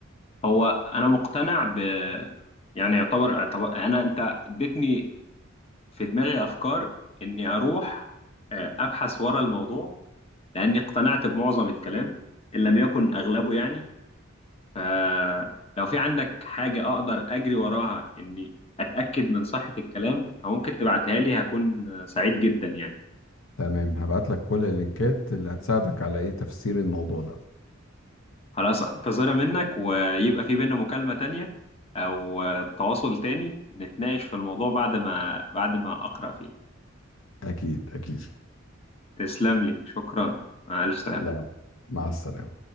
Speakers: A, on the left; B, on the left.
A: هو انا مقتنع ب يعني يعتبر اعتبر انا انت اديتني في دماغي أفكار إني أروح آه، أبحث ورا الموضوع لأني اقتنعت بمعظم الكلام إن لم يكن أغلبه يعني فلو في عندك حاجة أقدر أجري وراها إني أتأكد من صحة الكلام فممكن تبعتها لي هكون آه، سعيد جدا يعني
B: تمام هبعت لك كل اللينكات اللي هتساعدك على ايه تفسير الموضوع ده
A: خلاص أنتظرها منك ويبقى في بينا مكالمة تانية أو آه، تواصل تاني نتناقش في الموضوع بعد ما بعد ما أقرأ فيه
B: اكيد اكيد
A: تسلم لي شكرا مع ألف سلامة
B: لا مع السلامة